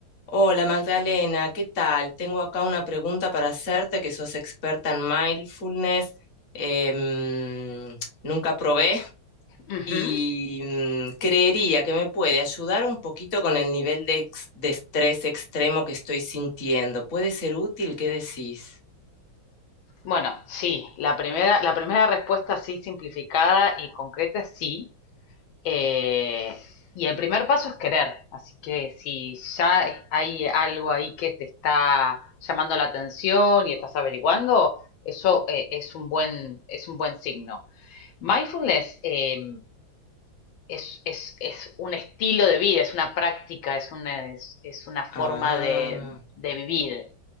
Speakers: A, on the left (about 45°); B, on the left (about 80°).
A: Hola Magdalena, ¿qué tal? Tengo acá una pregunta para hacerte, que sos experta en mindfulness. em, nunca probé
B: Ujú.
A: y mm, creería que me puede ayudar un poquito con el nivel de, ex- de estrés extremo que estoy sintiendo. ¿Puede ser útil? ¿Qué decís?
B: Bueno, sí, la primera, la primera respuesta así simplificada y concreta es sí. Eh, y el primer paso es querer. Así que si ya hay algo ahí que te está llamando la atención y estás averiguando, eso eh, es un buen, es un buen signo. Mindfulness eh, es, es, es un estilo de vida, es una práctica, es una, es, es una forma
A: Ah.
B: de, de vivir.